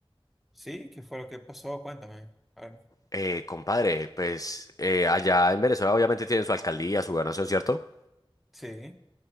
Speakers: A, in the centre; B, on the left (about 35°).
A: Sí, ¿qué fue lo que pasó? Cuéntame. A ver.
B: Eh, compadre, pues eh, allá en Venezuela obviamente tienen su alcaldía, su gobernación, ¿cierto?
A: Sí.